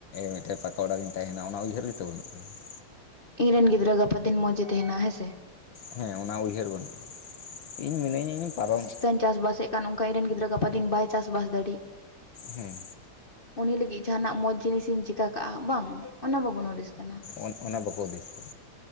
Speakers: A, on the left; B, on the left.
A: ᱢᱤᱫᱴᱮᱱ ᱯᱟᱠᱟ ᱚᱰᱟ ᱨᱮᱧ ᱛᱟᱦᱮᱱᱟ ᱚᱱᱟ ᱩᱭᱦᱟᱹᱨ ᱜᱮᱛᱚ ᱵᱟᱹᱱᱩᱜ᱾ ᱠᱟᱫᱟ
B: ᱤᱧ ᱨᱮᱱ ᱜᱤᱫᱽᱨᱟᱹ ᱜᱟᱯᱟ ᱫᱤᱱ ᱢᱚᱡᱽᱮ ᱛᱟᱦᱮᱱᱟ ᱦᱮᱸ ᱥᱮ᱾
A: ᱦᱮᱸ ᱚᱱᱟ ᱩᱭᱦᱟᱹᱨ ᱵᱟᱹᱱᱩᱜᱼᱟ ᱤᱧ ᱢᱤᱱᱟᱹᱧᱟ ᱤᱧ ᱯᱟᱨᱚᱢ,
B: ᱪᱟᱥ ᱵᱟᱥ ᱮᱜ ᱠᱟᱱ ᱚᱱᱠᱟ ᱤᱧ ᱨᱮᱱ ᱜᱤᱫᱽᱨᱟᱹ ᱜᱟᱯᱟ ᱫᱤᱱ ᱵᱟᱭ ᱪᱟᱥᱵᱟᱥ ᱫᱟᱲᱤᱜ,
A: ᱦᱩᱸ,
B: ᱩᱱᱤ ᱞᱟᱹᱜᱤᱜ ᱡᱟᱦᱟᱸᱱᱟᱜ ᱢᱚᱡᱽ ᱡᱤᱱᱤᱥᱤᱧ ᱪᱮᱠᱟ ᱠᱟᱜᱼᱟ ᱵᱟᱝ ᱚᱱᱟ ᱵᱟᱵᱚᱱ ᱦᱩᱫᱤᱥ ᱠᱟᱱᱟ᱾
A: ᱚᱱ-ᱚᱱᱟ ᱵᱟᱠᱚ ᱦᱩᱫᱤᱥ ᱫᱟ᱾